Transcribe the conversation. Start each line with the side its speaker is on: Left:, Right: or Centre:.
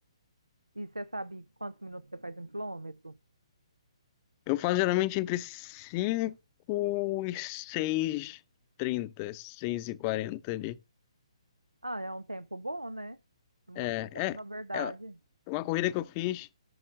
Right: E você sabe quantos minutos você faz um quilômetro?
Left: Eu faço geralmente entre 5 e seis h 30 6h40 ali.
Right: Ah, é um tempo bom, né? Muito
Left: É,
Right: bom, na
Left: é,
Right: verdade.
Left: é uma corrida que eu fiz